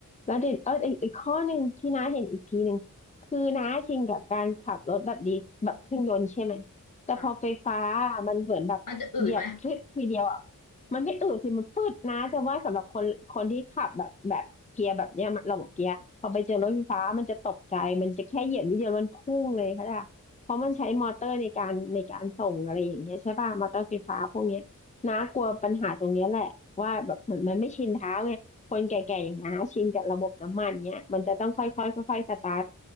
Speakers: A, on the left; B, on the left.
A: แล้วเด็ดเอออีกอีกข้อหนึ่งที่น้าเห็นอีกทีหนึ่งคือน้าชินกับการขับรถแบบดีแบบเครื่องยนต์ใช่ไหมแต่พอไฟฟ้า
B: ค่ะ
A: มันเหมือนแบบเหยียบพลึดทีเดียวอ่ะ
B: มันจะอืดไหม
A: มันไม่อืดสิมันพืดนะแต่ว่าสำหรับคนคนที่ขับแบบแบบเกียร์แบบเนี้ยมันระบบเกียร์พอไปเจอรถไฟฟ้ามันจะตกใจมันจะแค่เหยียบนิดเดียวมันพุ่งเลยค่ะเพราะมันใช้มอเตอร์ในการในการส่งอะไรอย่างเงี้ยใช่ป่ะมอเตอร์ไฟฟ้าพวกเนี้ย น้ากลัวปัญหาตรงเนี้ยแหละว่าแบบเหมือนมันไม่ชินเท้าไงคนแก่ๆอย่างน้าชินกับระบบน้ำมันเนี้ยมันจะต้องค่อยๆค่อยๆสตาร์ท